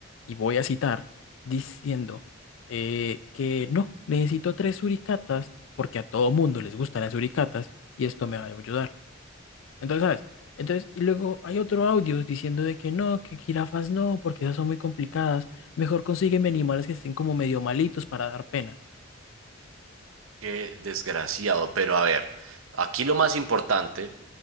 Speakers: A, on the left; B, on the right.
A: y voy a citar, diciendo eh, que no, necesito tres suricatas, porque a todo mundo les gustan las suricatas, y esto me va a ayudar. Entonces, ¿sabes? Entonces, y luego hay otro audio diciendo de que no, que jirafas no, porque esas son muy complicadas, mejor consígueme animales que estén como medio malitos para dar pena.
B: qué desgraciado, pero a ver, aquí lo más importante.